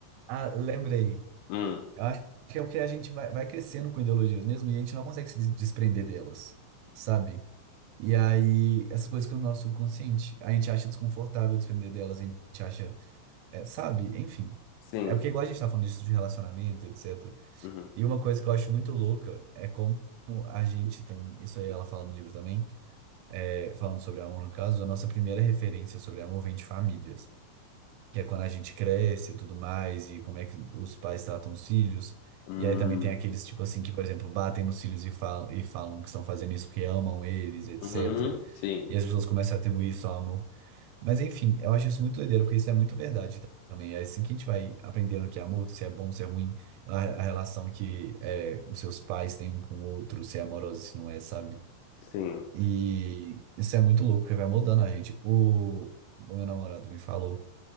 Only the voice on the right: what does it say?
Ah, lembrei.
Eu acho que é o que a gente vai, vai crescendo com ideologias mesmo e a gente não consegue se des- desprender delas, sabe? E aí, essas coisas que no nosso subconsciente, a gente acha desconfortável desprender delas, a gente acha, é, sabe? Enfim.
É porque igual a gente tá falando disso de relacionamento, etc.
E uma coisa que eu acho muito louca é como a gente tem, isso aí ela fala no livro também, é, falando sobre amor, no caso, a nossa primeira referência sobre amor vem de famílias que é quando a gente cresce e tudo mais, e como é que os pais tratam os filhos.
E aí também tem aqueles, tipo assim, que, por exemplo, batem nos filhos e falam, e falam que estão fazendo isso porque amam eles, etc.
E as pessoas começam a atribuir isso ao amor. Mas enfim, eu acho isso muito doideiro, porque isso é muito verdade também. É assim que a gente vai aprendendo que é amor, se é bom, se é ruim, a, a relação que é, os seus pais têm um com o outro, se é amorosa, se não é, sabe?
E isso é muito louco, porque vai mudando a gente. O, o meu namorado me falou